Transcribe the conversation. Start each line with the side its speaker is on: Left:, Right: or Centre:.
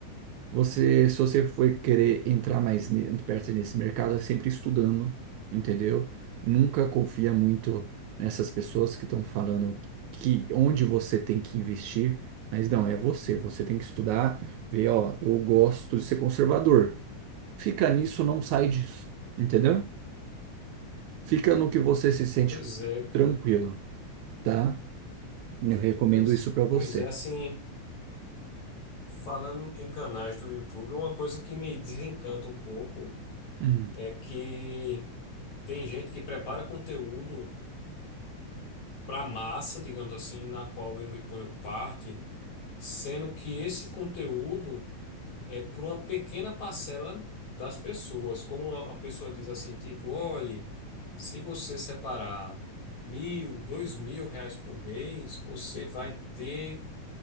Right: você, se você for querer entrar mais ne- perto nesse mercado, é sempre estudando, entendeu? Nunca confia muito nessas pessoas que estão falando que onde você tem que investir, mas não, é você. Você tem que estudar, ver, ó, eu gosto de ser conservador. Fica nisso, não sai disso, entendeu? Fica no que você se sente
Left: Pois é, cara.
Right: tranquilo, tá? Eu recomendo
Left: Pois,
Right: isso pra você.
Left: pois é, assim, falando em canais do YouTube, uma coisa que me desencanta um pouco
Right: Hum,
Left: é que tem gente que prepara conteúdo para massa, digamos assim, na qual eu me ponho parte, sendo que esse conteúdo é para uma pequena parcela das pessoas. Como a a pessoa diz assim, tipo, olhe, se você separar mil, dois mil reais por mês, você vai ter